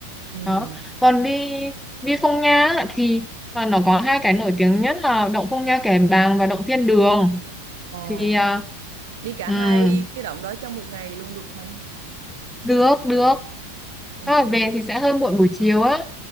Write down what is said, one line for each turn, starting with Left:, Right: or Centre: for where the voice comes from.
Right: ừ
Centre: đó còn đi đi Phong Nha á, thì à, nó có hai cái nổi tiếng nhất là động Phong Nha Kẻ Bàng và động Thiên Đường
Right: ồ
Centre: thì à,
Right: đi cả
Centre: ừm,
Right: hai cái động đó trong một ngày luôn được không
Centre: được được
Right: ok
Centre: Thế là về thì sẽ hơi muộn buổi chiều á